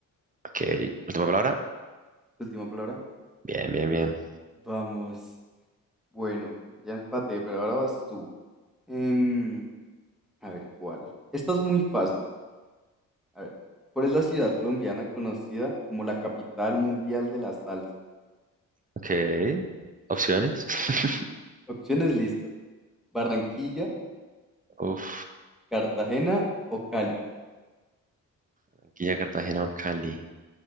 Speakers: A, on the right; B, in the centre.
A: Ok, última palabra.
B: Última palabra.
A: Bien, bien, bien.
B: Vamos. Bueno, ya empaté, pero ahora vas tú. Em, a ver, ¿cuál? Esta es muy fácil. A ver, ¿cuál es la ciudad colombiana conocida como la capital mundial de la salsa?
A: Ok, opciones. <laughs>
B: Opciones, listo. Barranquilla,
A: Uf,
B: Cartagena o Cali.
A: Barranquilla, Cartagena o Cali.